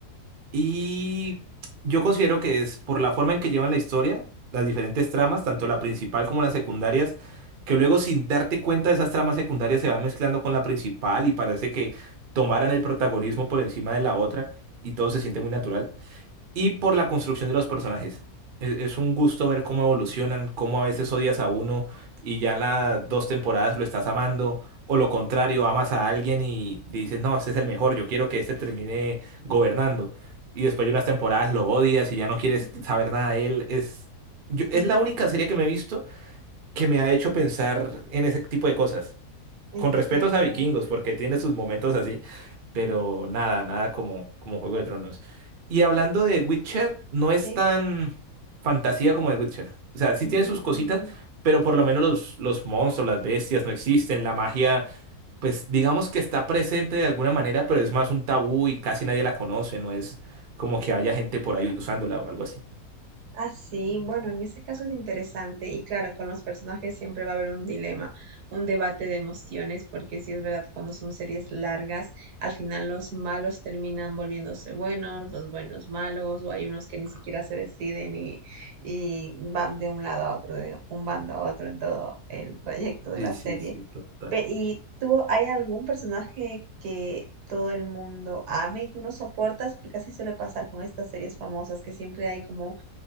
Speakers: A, on the right; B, on the right.
A: Y yo considero que es por la forma en que llevan la historia, las diferentes tramas, tanto la principal como las secundarias, que luego sin darte cuenta esas tramas secundarias se van mezclando con la principal y parece que tomaran el protagonismo por encima de la otra y todo se siente muy natural y por la construcción de los personajes. Es, es un gusto ver cómo evolucionan, cómo a veces odias a uno y ya las dos temporadas lo estás amando, o lo contrario, amas a alguien y dices, no, este es el mejor, yo quiero que este termine gobernando. Y después de unas temporadas lo odias y ya no quieres
B: Ujú.
A: saber nada de él. Es, yo- es
B: Mm,
A: la única serie que me he visto que me ha hecho pensar en ese tipo de cosas
B: ¿En
A: con
B: serio?
A: respetos a Vikingos, porque tiene sus momentos así, pero nada, nada como, como Juego de Tronos. Y hablando de Witcher, no es
B: Sí.
A: tan fantasía como de Witcher. O sea, sí
B: Mm.
A: tiene sus cositas, pero por lo menos los, los monstruos, las bestias no existen, la magia, pues digamos que está presente de alguna manera, pero es más un tabú y casi nadie la conoce, no es como que haya gente por ahí usándola o algo así.
B: Ah, sí, bueno, en ese caso es interesante y claro, con los personajes siempre va a haber un dilema, un debate de emociones, porque sí es verdad que cuando son series largas, al final los malos terminan volviéndose buenos, los buenos malos, o hay unos que ni siquiera se deciden y, y van de un lado a otro, de un bando a otro en todo el trayecto de
A: Sí,
B: la
A: sí,
B: serie.
A: sí, total.
B: Pe- ¿y tú, hay algún personaje que... todo el mundo ame y tú no soportas porque así suele pasar con estas series famosas que siempre hay como